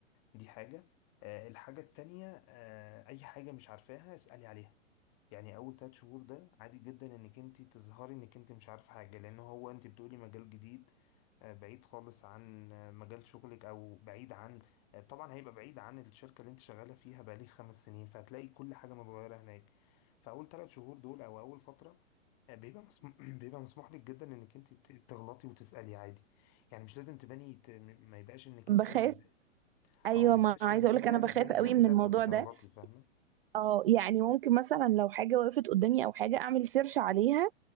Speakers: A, on the left; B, on the right.
A: دي حاجه آه الحاجه التانية آه اي حاجه مش عارفاها اسالي عليها يعني اول تلات شهور ده عادي جدا انك انت تظهري انك انت مش عارف حاجه لان هو انت بتقولي مجال جديد آه، بعيد خالص عن آه، مجال شغلك او بعيد عن آه، طبعا هيبقى بعيد عن الشركه اللي انت شغاله فيها بقالي خمس سنين فهتلاقي كل حاجه متغيره هناك فاول تلات شهور دول او اول فتره آه، بيبقى مسموح <clears throat> بيبقى مسموح لك جدا انك انت ت- تغلطي وتسالي عادي يعني مش لازم تباني ت... م- ما يبقاش انك
B: بخاف
A: انت عايزه تب-
B: ايوه
A: اه ما
B: ما
A: يبقاش
B: عايزه
A: انك
B: اقولك
A: انت
B: انا
A: عايزه
B: بخاف
A: تباني
B: قوي
A: جامده
B: من الموضوع
A: ف- فتغلطي
B: ده
A: فاهمه
B: اه يعني ممكن مثلا لو حاجة وقفت قدامي أو حاجة أعمل سيرش عليها